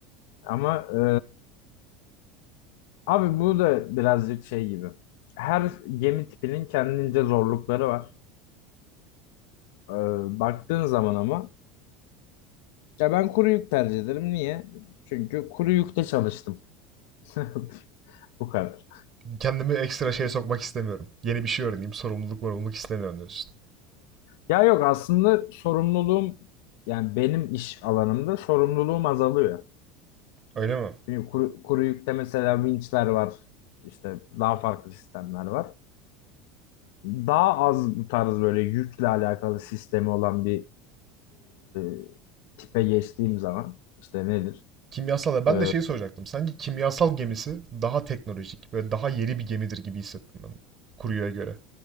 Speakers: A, on the left; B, on the right.
A: Ama e, Abi bu da birazcık şey gibi. Her gemi tipinin kendince zorlukları var. Ee, baktığın zaman ama ya ben kuru yük tercih ederim. Niye? Çünkü kuru yükte çalıştım. <laughs> Bu kadar.
B: Kendimi ekstra şeye sokmak istemiyorum. Yeni bir şey öğreneyim, sorumluluk sorumluluk istemiyorum diyorsun.
A: Ya yok aslında sorumluluğum yani benim iş alanımda sorumluluğum azalıyor.
B: Öyle mi?
A: Çünkü kuru, kuru yükte mesela vinçler var. İşte daha farklı sistemler var. Daha az bu tarz böyle yükle alakalı sistemi olan bir e, tipe geçtiğim zaman işte nedir?
B: Kimyasal ya ben
A: E,
B: de şeyi soracaktım. Sanki kimyasal gemisi daha teknolojik ve daha yeni bir gemidir gibi hissettim ben. Kuruyo'ya göre,